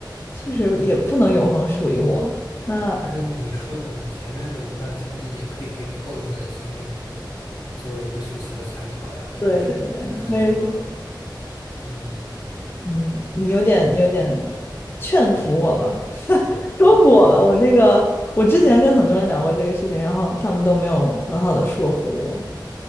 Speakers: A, on the left; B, on the left.
A: 确实也不能永恒属于我。那
B: 但是你说的，你前面的一段经历也可以给你后一段的经历作为一个学习的参考呀，是不是？
A: 对对对，
B: 你可能说，
A: 所以说。
B: 嗯，
A: 嗯，你有点，你有点劝服我了，<laughs> 说服我了。我那个，我之前跟很多人聊过这个事情，然后他们都没有很好的说服我。